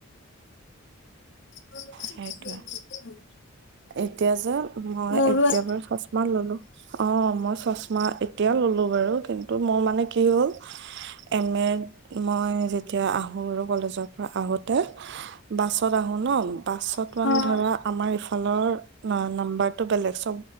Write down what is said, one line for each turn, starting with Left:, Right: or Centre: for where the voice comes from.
Left: <inaudible>
Right: সেইটোৱে এতিয়া যে মই
Left: মোৰো
Right: এতিয়া বাৰু চশমা ললো অ মই চশমা এতিয়া ললো বাৰু কিন্তু মোৰ মানে কি হ'ল এনেই মই যেতিয়া আহো আৰু কলেজৰ পৰা আহোত তই বাছত আহো ন বাছত
Left: অ
Right: মানে
Left: অ
Right: ধৰা আমাৰ ফোনৰ নাম্বাৰটো বেলেগ চব